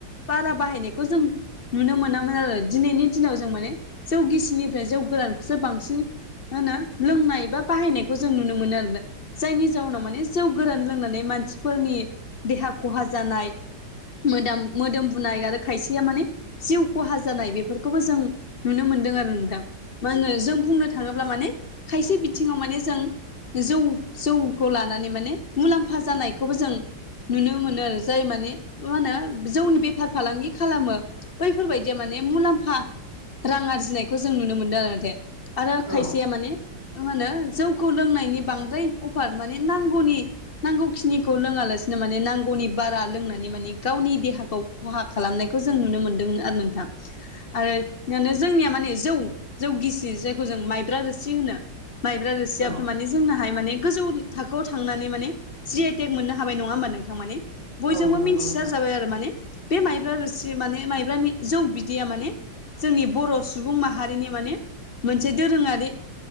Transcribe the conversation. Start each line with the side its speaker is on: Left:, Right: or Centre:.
Left: बारा बाहायनायखौ जों नुनो मोनामोन आरो दिनैनि दिनाव जों माने जौ गिसिनिफ्राय जौ गोरानखौसो बांसिन होनो लोंनाय बा बाहायनायखौ जों नुनो मोनो आरोना जायनि जाउनाव माने खासेयाव गोरान लोंनानै मानसिफोरनि देहा खहा जानाय मोदोम मोदोम बुनाय आरो खायसेया माने जिउ खहा जानाय बेफोरखौबो जों नुनो मोनदों आरो नोंथां मा होनो जों बुंनो थाखाय थाङोब्ला माने खायसे बिथिङाव माने जों जौ जौखौ लानानै माने मुलाम्फा जानायखौबो जों नुनो मोनो आरो जाय माने मा होनो जौनि बेफार फालांगि खालामो बैफोरबायदिया माने मुलाम्फा रां आरजिनायखौ जों नुनो मोनदों आरो माथे आरो
Right: औ
Left: खायसेया माने मा होनो जौखौ लोंनायनि बांद्राय अफार माने नांगौनि नांगौखिनिखौ लोङालासिनो माने नांगौनि बारा लोंनानै माने गावनि देहाखौ खहा खालामनायखौ जों नुनो मोन्दोंमोन आरो नोंथां आरो जोंनिया माने जौ जौ गिसि जों जों मायब्रा रोसि होनो मायब्रा रोसियाबो
Right: औ
Left: माने जोंनाहाय माने गोजौ थाखोआव थांनानै माने जि आइ टेक मोननो हाबाय नङा होमबा नोंथां माने बयजोंबो
Right: औ नंगौ
Left: मिथिसार
Right: नोंथां
Left: जाबाय आरो माने बे माइब्रा रुसि माने माइब्रानि जौ बिदिया माने जोंनि बर' सुबुं माहारिनि माने मोनसे दोरोङारि